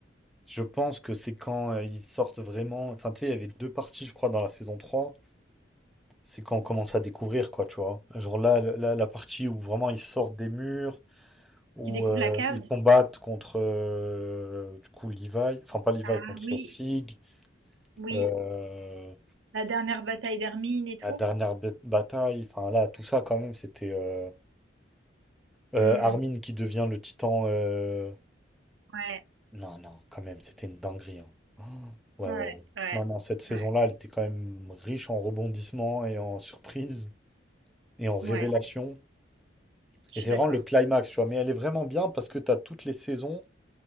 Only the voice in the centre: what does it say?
Je pense que c'est quand euh, ils sortent vraiment. Enfin, tu sais, il y avait deux parties, je crois, dans la saison 3. C'est quand on commence à découvrir, quoi, tu vois. Genre là, là, la- la partie où vraiment ils sortent des murs, où
euh,
ils combattent contre, euh, du coup, Levi. Enfin, pas Levi,
contre
Sig.
euh,
la dernière ba- bataille. Enfin, là, tout ça, quand même, c'était euh, euh,
Armin qui devient le titan. euh,
Non, non, quand même, c'était une dinguerie. hein. Oh, Ouais,
ouais.
Non, non, cette saison-là,
elle était quand même riche en rebondissements et en surprises et en révélations.
Et c'est
vraiment
le climax, tu vois. Mais elle est vraiment bien parce que t'as toutes les saisons